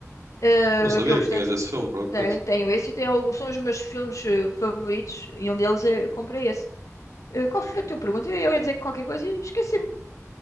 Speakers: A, on the left; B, on the right.
A: Eh,
B: Não sabia
A: que eu gostei.
B: que tinhas esse filme, por acaso.
A: Tenho, tenho esse e tenho alguns, são os meus filmes eh, favoritos e um deles é, eu comprei esse. Eh, Qual foi a tua pergunta? Eu ia dizer qualquer coisa e esqueci-me.